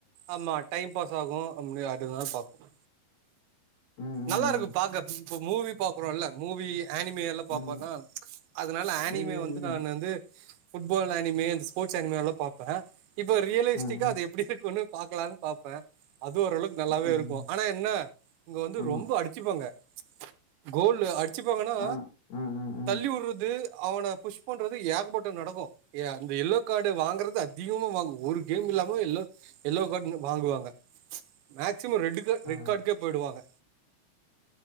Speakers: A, on the right; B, on the left.
A: ஆமா டைம் பாஸ் ஆகு <unintelligible> பாப்போ
B: ம் ம்,
A: நல்லாருக்கு
B: ம்.
A: பாக்க இப்ப மூவி பாக்குறோல்ல மூவி அனிமே இல்ல பாப்போனா
B: ஆமா
A: ம்ச் அதனால ஆனிமே
B: ம்
A: வந்து
B: ம்,
A: நான்
B: ம்.
A: வந்து புட்பால் ஆனிமேந்ஸ் போர்ட்ஸ் அனிமியால்லா பாபே இப்ப ரியலிஸ்டிக்கா
B: ஆ, ஆ.
A: அது எப்படி இருக்கும்ன்னு பாக்கலான்னு பாப்பே அது ஓரளவுக்கு நல்லாவே
B: ம்,
A: இருக்கு
B: ம்.
A: ஆனா என்ன இங்க வந்து
B: ஆமா
A: ரொம்ப அடிச்சுப்பாங்க கோல்லு அடிச் ச்சுப்பங்கன்னா
B: ஆ ஆ ஆ ஆ ஆ.
A: தள்ளி உற்றது அவன புஷ் பண்றது ஏகப்பட்டது நடக்கு ஏ அந்த எல்லோ கார்டு வாங்குறது அதிகமா வாங்குவோ ஒரு கேம் இல்லாம எல்லோ எல்லோ கார்டு <unintelligible> வாங்குவாங்க ம்ச் மேக்சிமோ ரெட்டுக
B: ஆ
A: ரெட்
B: ஆ,
A: கார்டுக்கே போயிடுவாங்க